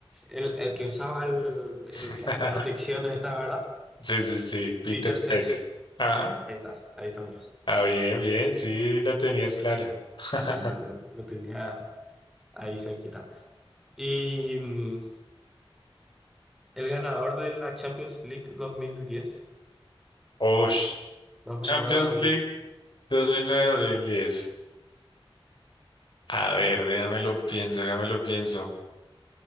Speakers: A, in the centre; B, on the left (about 55°).
A: El, el que usaba el-
B: <laughs>
A: el- la, la protección esta, ¿verdad?
B: Sí, sí, sí, Peter
A: Peter Sech.
B: Check. Ajá.
A: Ahí está, ahí estamos.
B: Ah, bien, bien, sí, la tenías clara. <laughs>
A: Sí, lo, ten- lo tenía ahí cerquita. Y mm, el ganador de la Champions League dos dos mil mil diez,
B: Uy,
A: nueve dos
B: Champions
A: mil nueve-dos mil
B: League.
A: diez,
B: 2009-2010. A ver, déjame lo pienso, déjame lo pienso.